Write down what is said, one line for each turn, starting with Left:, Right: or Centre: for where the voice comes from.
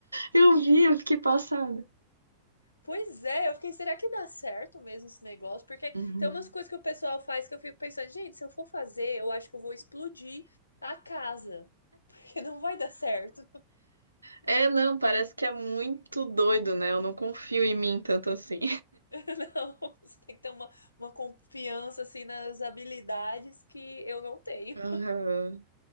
Right: Eu vi, eu fiquei passada.
Left: Pois é, eu fiquei, será que dá certo mesmo esse negócio? Porque
Right: Uhum.
Left: tem umas coisas que o pessoal faz que eu fico pensando, gente, se eu for fazer, eu acho que eu vou explodir a casa, <laughs> porque não vai dar certo.
Right: É, não, parece que é muito doido, né? Eu não confio em mim tanto assim.
Left: <laughs> Não, você tem que ter uma, uma confiança, assim, nas habilidades que eu não tenho.
Right: Aham.